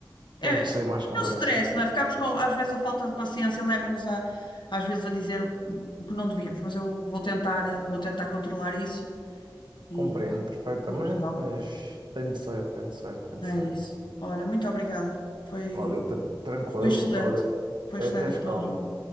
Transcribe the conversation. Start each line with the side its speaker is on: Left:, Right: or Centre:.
Right: tens
Left: É,
Right: que ser mais compreensível.
Left: é o stress, não é? Ficamos com. Às vezes a falta de paciência leva-nos a. Às vezes a dizer o, o que não devíamos, mas eu vou tentar, eh, vou tentar controlar isso e,
Right: Compreendo perfeitamente,
Left: e ajudá-la.
Right: mas tem de ser, tem de ser, tem de
Left: É
Right: ser.
Left: isso. Olha, muito obrigada. Foi.
Right: Olha, tran- tranquilo,
Left: Foi excelente.
Right: olha,
Left: Foi
Right: é,
Left: excelente
Right: tens
Left: a
Right: calma.
Left: tua ajuda.